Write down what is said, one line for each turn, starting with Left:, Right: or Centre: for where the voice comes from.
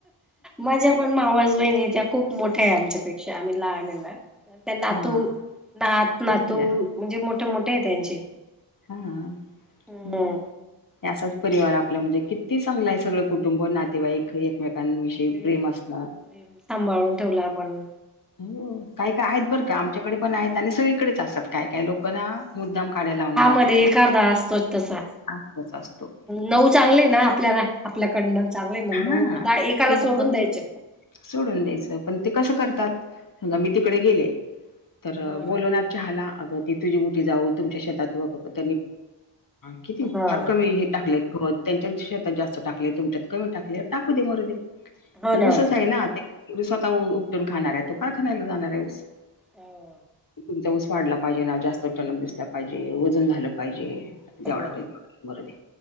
Centre: माझ्या पण मावस बहिणीच्या खूप मोठ्या आहे आमच्यापेक्षा, आम्ही लहान आहे ना. त्या नातू
Left: हां
Centre: नात, नातू
Left: चांगले
Centre: म्हणजे मोठे- मोठे आहे त्यांचे.
Left: हा, हम्.
Centre: हम्म
Left: हे असाच परिवार आपला म्हणजे किती चांगला आहे सगळं कुटुंब, नातेवाईक एकमेकांविषय
Centre: ते
Left: प्रेम आसन
Centre: प्रेम सांभाळून ठेवला आपण
Left: हो काय- काय आहेत बरं का, आमच्याकडे पण आहेत, आणि सगळीकडेच असतात, काय- काय लोक ना मुद्दाम काड्या लावणार
Centre: म एखादा असतोच तसा,
Left: असंच असतो.
Centre: नऊ चांगलं आहे ना आपल्याला आपल्याकडनं चांगलंय ना
Left: हां,
Centre: नऊ म एकाला
Left: ते
Centre: सोडून
Left: आपण
Centre: द्यायचे.
Left: सोडून द्यायचं, पण ते कसं करतात बघा मी तिकडे गेले तर
Centre: हो ना
Left: बोलवणार चहाला आगं ती तुझी मोठी जाऊ तुमच्या शेतात किती
Centre: हा
Left: फार कमी हे टाकलेय खत, त्यांच्यात शेतात जास्त टाकलय, तुमच्यात कमी टाकले, टाकू दे मरू दे. ते
Centre: हो ना
Left: ऊसच
Centre: हो
Left: आहे ना ते मी स्वतः उपटून खाणार आहे तू काय खायला जाणार आहे ऊस?
Centre: हो.
Left: तुमचा ऊस वाढला पाहिजे ना, जास्त टन अप दिसला पाहिजे, वजन झालं पाहिजे, जेवढा
Centre: हो
Left: होईल मरुदे,